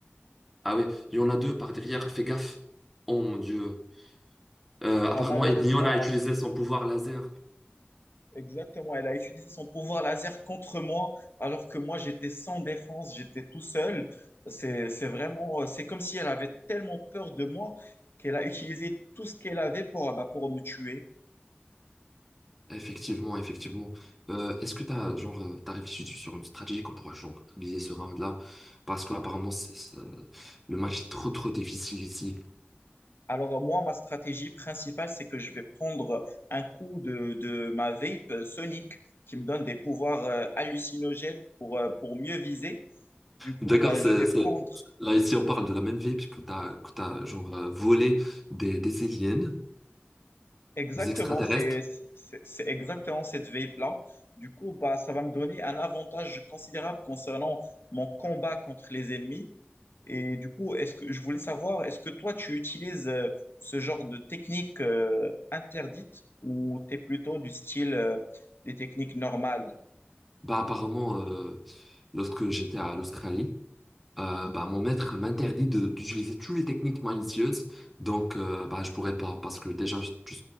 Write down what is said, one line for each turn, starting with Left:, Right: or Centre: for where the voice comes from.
Centre: Ah ouais, il y en a deux par derrière, fais gaffe. Oh mon Dieu. Euh, apparemment,
Left: Bah, malheureusement,
Centre: Ednion a utilisé son pouvoir laser.
Left: Exactement, elle a utilisé son pouvoir laser contre moi, alors que moi j'étais sans défense, j'étais tout seul. C'est, c'est vraiment, euh, c'est comme si elle avait tellement peur de moi qu'elle a utilisé tout ce qu'elle avait pour, euh, bah, pour me tuer.
Centre: Effectivement, effectivement. Euh, est-ce que t'as, genre, euh, t'as réfléchi sur une stratégie qu'on pourrait, genre, viser ce round-là? Parce qu'apparemment, c'est- c'est- le match est trop, trop difficile ici.
Left: Alors euh, moi, ma stratégie principale, c'est que je vais prendre euh, un coup de, de ma vape euh, Sonic qui me donne des pouvoirs euh, hallucinogènes pour, euh, pour mieux viser. Du coup,
Centre: D'accord,
Left: bah,
Centre: c'est,
Left: je vais
Centre: c'est-
Left: prendre
Centre: là ici on parle de la même vie puisque t'as, que t'as genre euh, volé des, des aliens,
Left: Exactement,
Centre: des extraterrestres.
Left: c'est c'est- c'est exactement cette vape-là. Du coup, bah, ça va me donner un avantage considérable concernant mon combat contre les ennemis. Et du coup, est-ce que je voulais savoir, est-ce que toi, tu utilises euh, ce genre de technique euh, interdite ou tu es plutôt du style euh, des techniques normales?
Centre: Bah apparemment, euh, lorsque j'étais à l'Australie, euh, bah mon maître m'interdit de- d'utiliser toutes les techniques malicieuses, donc euh, bah je pourrais pas parce que déjà je- tu,